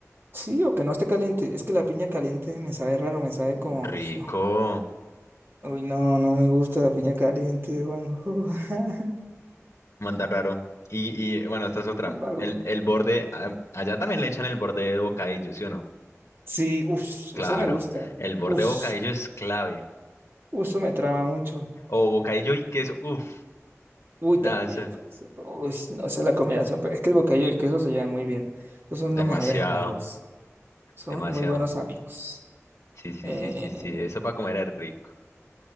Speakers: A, on the right; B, on the left.
A: Sí, o que no esté caliente. Es que la piña caliente me sabe raro, me sabe como...
B: Rico,
A: su- Uy, no, no me gusta la piña caliente, Juanjo. <laughs>
B: mandan raro. Y, y bueno, esta es otra.
A: El vago.
B: El, el borde, ah, allá también le echan el borde de bocadillo, ¿sí o no?
A: Sí, uff,
B: Claro,
A: eso me gusta.
B: el borde
A: Uff,
B: de bocadillo es clave.
A: eso me trama mucho.
B: O bocadillo y queso, uff,
A: Uy,
B: nada,
A: también,
B: eso es
A: parce. Uy, no sé la combinación, pero es que el bocadillo y el queso se llevan muy bien. Esos son
B: demasiado,
A: los mejores amigos. Son
B: demasiado.
A: muy buenos amigos.
B: Sí, sí,
A: Eh,
B: sí, sí, sí, eso para comer es rico.